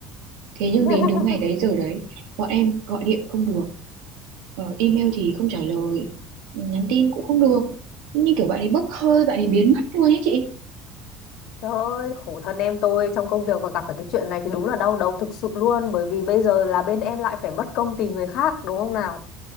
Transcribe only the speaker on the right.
thế nhưng
đến đúng ngày đấy giờ đấy bọn em gọi điện không được ờ, email thì không trả lời nhắn tin cũng không được như kiểu bạn ấy bốc hơi bạn ấy biến mất luôn ấy chị